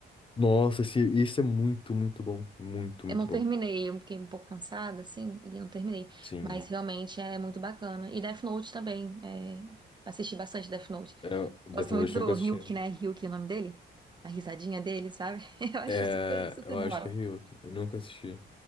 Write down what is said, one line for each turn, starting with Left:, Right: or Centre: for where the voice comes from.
Left: Nossa, esse, esse é muito, muito bom. Muito,
Right: Eu
Left: muito
Right: não
Left: bom.
Right: terminei, eu fiquei um pouco cansada, assim, e não terminei.
Left: Sim.
Right: Mas realmente é muito bacana. E Death Note também. é, assisti bastante Death Note.
Left: É, Death
Right: Gosto
Left: Note
Right: muito do
Left: eu nunca assisti.
Right: Ryuk, né? Ryuk é o nome dele. A risadinha dele, sabe? <laughs> Eu acho
Left: É,
Right: super, super
Left: eu
Right: da
Left: acho
Right: hora.
Left: que é Ryuk. Eu nunca assisti.